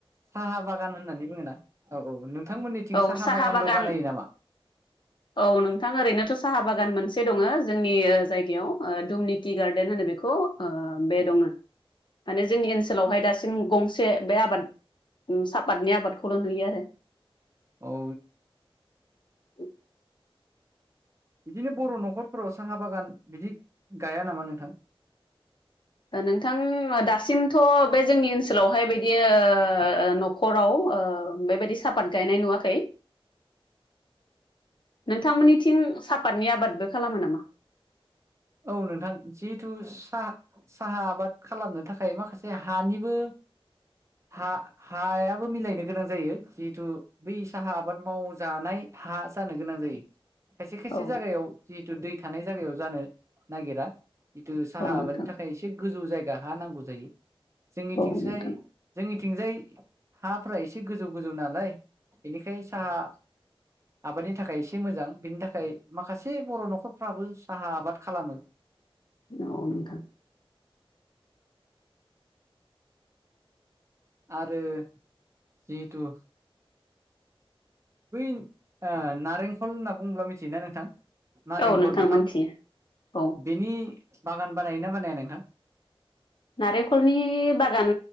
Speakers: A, on the right (about 30°); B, on the left (about 55°).
A: साहा बागान होननानै बुङो ना औ औ नोंथांमोनिथिं
B: औ
A: साहा बागानबो
B: बागान
A: बानायो नामा
B: औ नोंथां ओरैनोथ' साहा बागान मोनसे दङो जोंनि ओ जायगायाव ओ दुमनि टि गार्डेन होनो बेखौ बे दङो माने जोंनि ओनसोलावहाय दासिम गंसे बे आबाद ओ सापातनि आबादखौल' नुयो आरो
A: औ
B: <unintelligible>
A: इदिनो बर' न'खरफोराव साहा बागान बिदि गाया नामा नोंथां
B: नोंथां ओ दासिमथ' बे जोंनि ओनसोलावहाय बिदि ओ नखर खराव ओ बेबायदि सापात गायनाय नुवाखै नोंथांमोनिथिं सापातनि आबादबो खालामो नामा
A: औ नोंथां जिहेथु साहा साहा आबाद खालामनो थाखाय माखासे हानिबो हा‌ हायाबो मिलायनो गोनां जायो जिहिथु बै साहा आबाद मावजानाय हा जानो गोनां जायो खायसे खायसे
B: औ
A: जागायाव जिहेथु दै थानाय जागायाव जानो नागिरा जिथु साहा
B: नोंथां
A: आबादनि थाखाय एसे गोजौ जायगा हा नांगौ जायो जोंनिथिंसैय
B: औ नोंथां औ नोंथां
A: जोंनिथिंजाय हाफ्रा एसे गोजौ गोजौ नालाय बेनिखाय साहा आबादनि थाखाय एसे मोजां बिनि थाखाय माखासे बर' न'खरफ्राबो साहा आबाद खालामो
B: औ नोंथां
A: आरो जिहिथु बै ओ नारेंखल होनना बुङोब्ला मिथियोना नोंथां नालेंखर
B: औ नोंथां
A: बिफां
B: मोनथियो औ
A: बेनि बागान बानायोना बानाया नोंथां
B: नारेंखलनि बागान